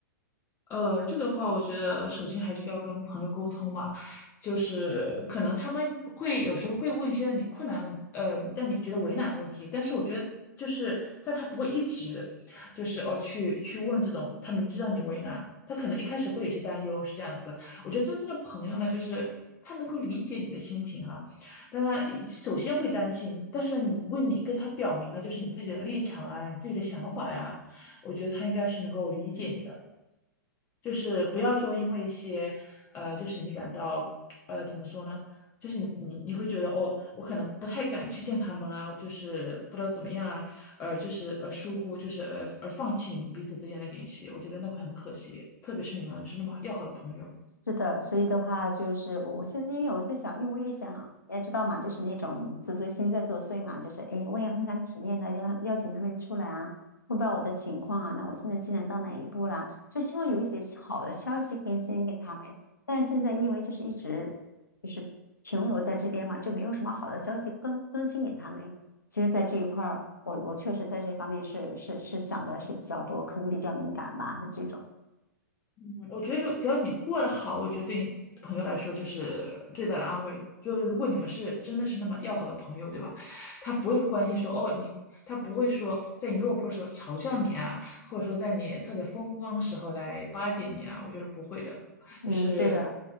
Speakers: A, on the left; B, on the left.
A: 呃，这个的话，我觉得首先还是要跟朋友沟通嘛，就是可能他们会有时候会问一些让你困难问，呃，让你觉得为难的问题，但是我觉得就是，但他不会一直就是哦去去问这种，他明知让你为难，他可能一开始会有些担忧，是这样子。我觉得真正的朋友呢，就是他能够理解你的心情哈，但他首先会担心，但是你问你跟他表明了就是你自己的立场啊，你自己的想法呀，我觉得他应该是能够理解你的。就是不要说因为一些，呃，就是你感到，呃，怎么说呢？就是你你你会觉得哦，我可能不太敢去见他们啊，就是不知道怎么样啊，呃，就是呃疏忽，就是呃而放弃你们彼此之间的联系，我觉得那会很可惜，特别是你们是那么要好的朋友。
B: 是的，所以的话就是我，我现在因为我在想，因为我也想，你也知道嘛，就是那种自尊心在作祟嘛，就是哎，诶我也很想体面的邀邀请他们出来啊，汇报我的情况啊，那我现在进展到哪一步啦？就希望有一些好的消息更新给他们，但是现在因为就是一直就是停留在这边嘛，就没有什么好的消息更更新给他们。其实，在这一块儿，我我确实在这方面是是是想的是比较多，可能比较敏感吧，是这种。
A: 嗯，我觉得就只要你过得好，我觉得对你朋友来说就是最大的安慰。就是如果你们是真的是那么要好的朋友，对吧？他不会关心说哦你，他不会说在你落魄的时候嘲笑你啊，或者说在你特别风光的时候来巴结你啊，我觉得不会的，
B: 嗯，
A: 就是
B: 对的。